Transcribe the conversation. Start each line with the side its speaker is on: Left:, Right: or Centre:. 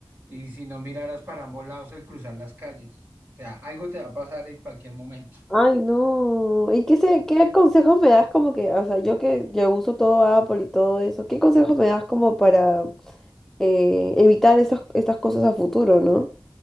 Right: y si no miraras para ambos lados al cruzar las calles sea, algo te va a pasar en cualquier momento.
Centre: Ay, no. ¿Y qué se, qué consejos me das como que, o sea, yo que ya uso todo Apple y todo eso, ¿qué consejos me das como para eh, evitar esas, estas cosas a futuro, ¿no?